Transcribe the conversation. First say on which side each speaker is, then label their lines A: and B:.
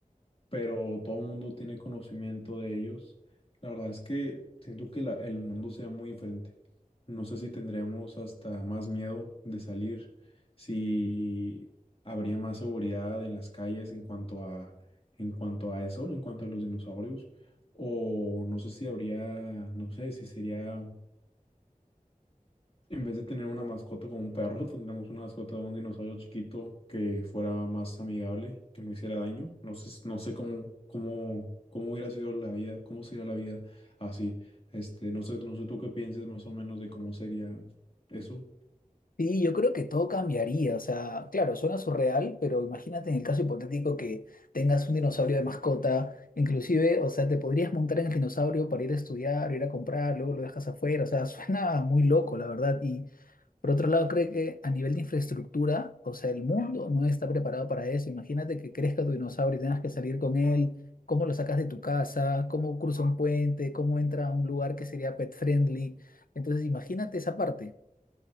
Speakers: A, on the left; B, on the left.
A: pero todo el mundo tiene conocimiento de ellos. La verdad es que siento que la- el mundo sea muy diferente. No sé si tendríamos hasta más miedo de salir, si habría más seguridad en las calles en cuanto a, en cuanto a eso, en cuanto a los dinosaurios, o no sé si habría, no sé si sería en vez de tener una mascota como un perro, <laughs> tendríamos una mascota de un dinosaurio chiquito que fuera más amigable, que no hiciera daño. No sé, no sé cómo, cómo, cómo hubiera sido la vida, cómo sería la vida así. Este, no sé, no sé tú qué pienses más o menos de cómo sería eso.
B: Sí, yo creo que todo cambiaría. O sea, claro, suena surreal, pero imagínate en el caso hipotético que tengas un dinosaurio de mascota, inclusive, o sea, te podrías montar en el dinosaurio para ir a estudiar, ir a comprar, luego lo dejas afuera. O sea, <laughs> suena muy loco, la verdad. Y Por otro lado, creo que a nivel de infraestructura, o sea, el mundo no está preparado para eso. Imagínate que crezca tu dinosaurio y tengas que salir con él. ¿Cómo lo sacas de tu casa? ¿Cómo cruza un puente? ¿Cómo entra a un lugar que sería pet friendly? Entonces, imagínate esa parte.